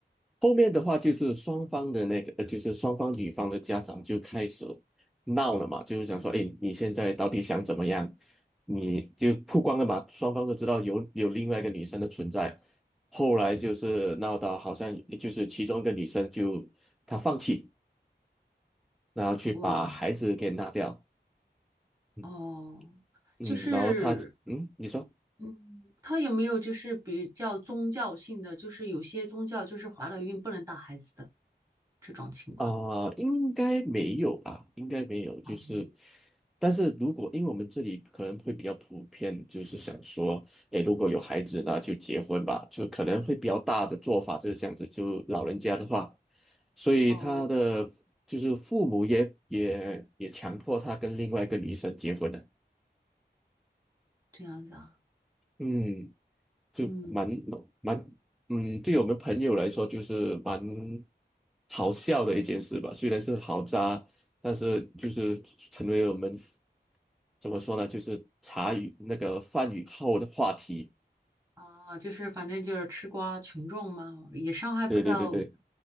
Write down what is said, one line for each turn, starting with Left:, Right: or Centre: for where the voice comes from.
Centre: 后面的话就是双方的那个，呃，就是双方女方的家长就开始闹了嘛，就是想说，哎，你现在到底想怎么样？你就曝光了嘛，双方都知道有有另外一个女生的存在。后来就是闹到好像就是其中一个女生就她放弃，然后去把孩子给拿掉，
Right: 哇
Centre: 嗯
Right: 哦，
Centre: 嗯，
Right: 就是
Centre: 然后她嗯，你说。
Right: 嗯，他有没有就是比较宗教性的，就是有些宗教就是怀了孕不能打孩子的这种情况？
Centre: 啊、应该没有吧？应该没有，就是，
Right: 哦
Centre: 但是如果因为我们这里可能会比较普遍，就是想说，诶，如果有孩子，那就结婚吧，就可能会比较大的做法就是这样子，就老人家的话，所以他的就是父母也也也强迫他跟另外一个女生结婚了，
Right: 哦，这样子啊，
Centre: 嗯。就蛮
Right: 嗯。
Centre: 蛮嗯，对我们朋友来说就是蛮好笑的一件事吧。虽然是好渣，但是就是成为我们怎么说呢，就是茶余那个饭余后的话题。
Right: 啊，就是反正就是吃瓜群众嘛，也伤害不到
Centre: 对对对对，